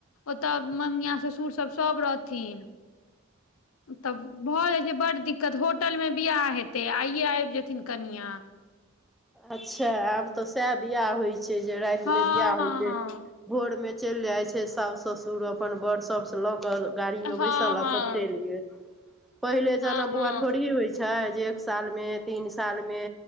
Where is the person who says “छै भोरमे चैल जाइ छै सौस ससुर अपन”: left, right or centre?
Centre